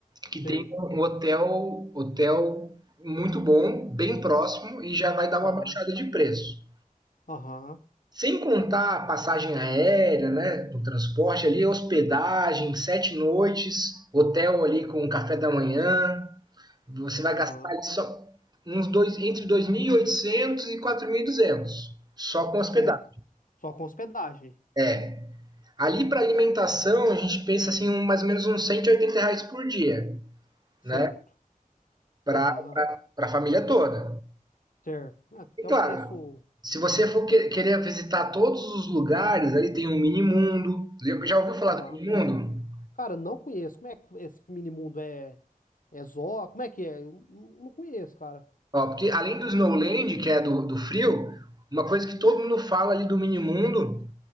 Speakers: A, on the left; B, on the right.
A: sei.
B: que tem um hotel, hotel muito bom, bem próximo e já vai dar
A: Aham,
B: uma baixada de preço.
A: aham,
B: Sem contar a passagem aérea, né? O transporte ali, hospedagem, sete noites, hotel ali com café da manhã. Você vai
A: aham.
B: gastar só uns dois, entre dois mil e oitocentos e e quatro mil e duzentos só com hospedagem.
A: Certo. Só com hospedagem.
B: É. Ali para alimentação, a gente pensa assim, um, mais ou menos uns 180 reais por dia,
A: Certo.
B: né? Para
A: Aham,
B: a família toda.
A: certo. É, Até
B: E claro,
A: um preço.
B: se você for que- querer visitar todos os lugares, ali tem o Mini Mundo. Já ouviu falar
A: Aham.
B: do Mini Mundo?
A: Cara, não conheço. Como é que esse mini mundo é. É Zó? Como é que é? Eu n- não conheço, cara.
B: Ó, porque além do Snowland, que é do, do frio, uma coisa que todo mundo fala ali do mini-mundo